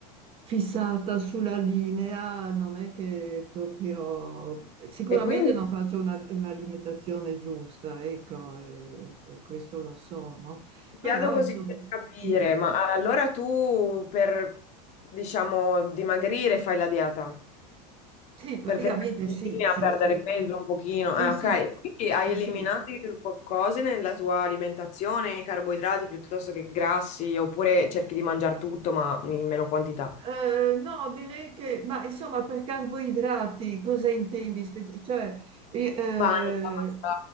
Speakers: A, on the right (about 25°); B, on the left (about 35°).
A: fissata sulla linea, non è che proprio... Sicuramente
B: E quindi
A: non
B: ti
A: faccio una- un'alimentazione giusta, ecco, eh, eh, questo lo so, no? Però,
B: chiedo così
A: insomma...
B: per capire,
A: Dimmi.
B: ma allora tu per, diciamo, dimagrire fai la dieta?
A: Sì, praticamente
B: Per tenere in
A: sì,
B: linea,
A: sì,
B: perdere
A: sì,
B: peso
A: sì.
B: un pochino.
A: Sì,
B: Eh, ok,
A: sì,
B: E quindi hai
A: sì,
B: eliminato
A: sì.
B: i co- cose nella tua alimentazione, i carboidrati piuttosto che grassi, oppure cerchi di mangiare tutto ma in meno quantità.
A: Eh, no, direi che, ma insomma, per carboidrati cosa intendi? Spe- Cioè, eh,
B: Pane, pasta,